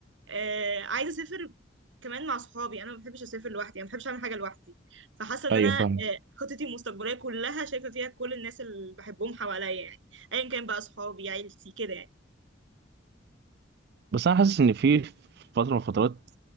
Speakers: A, on the right; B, on the right.
A: آه، عايزه اسافر كمان مع صحابي انا ما بحبش اسافر لوحدي انا ما بحبش اعمل حاجه لوحدي فحاسه ان
B: ايوه
A: انا
B: فاهم
A: آه، خطتي المستقبليه كلها شايفه فيها كل الناس اللي بحبهم حواليا يعني ايا كان بقى صحابي عيلتي كده يعني
B: بس انا حاسس ان في فتره من الفترات